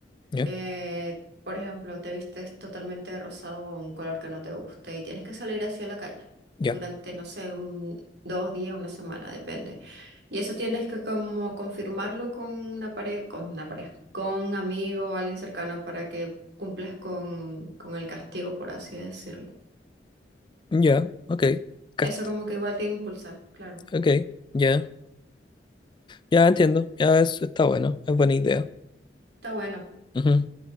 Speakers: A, on the left; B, on the right.
A: ya,
B: eh, por ejemplo, te vistes totalmente de rosado o un color que no te guste y tienes que salir así a la calle
A: ya,
B: durante, no sé, un, dos días, una semana, depende. Y eso tienes que como confirmarlo con una pareja, con una pareja, con un amigo o alguien cercano para que cumplas con, con el castigo, por así decirlo.
A: ya, ok. Cast-
B: Eso como que igual te impulsa, claro.
A: ok, ya, ya entiendo. Ya es- está bueno, es buena idea.
B: Está bueno,
A: Ujú.